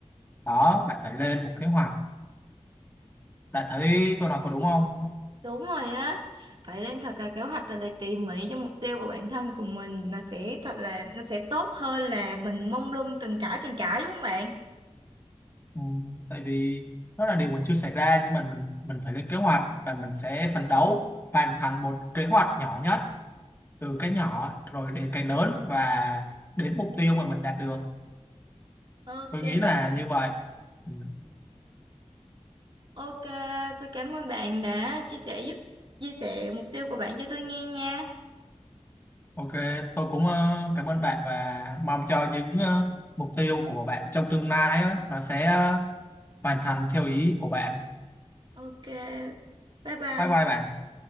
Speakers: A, on the left; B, on the right.
A: đó bạn phải lên một kế hoạch Bạn thấy tôi nói có đúng không?
B: Đúng rồi á, phải lên thật là kế hoạch thật là tỉ mỉ cho mục tiêu của bản thân của mình nó sẽ thật là nó sẽ tốt hơn là mình mông lung từng cãi từng cãi đúng không bạn?
A: Ừ, tại vì nó là điều mình chưa xảy ra nhưng mà mình mình phải lên kế hoạch và mình sẽ phấn đấu hoàn thành một kế hoạch nhỏ nhất từ cái nhỏ rồi đến cái lớn và đến mục tiêu mà mình đạt được.
B: Ok,
A: Tôi nghĩ là như vậy. Ừ,
B: ok, tôi cảm ơn bạn đã chia sẻ giúp chia sẻ mục tiêu của bạn cho tôi nghe nha.
A: ok, tôi cũng ờ, cảm ơn bạn và mong cho những ờ, mục tiêu của bạn trong tương lai á, nó sẽ ờ, hoàn thành theo ý của bạn.
B: Ok, bye bye.
A: Bye bye bạn.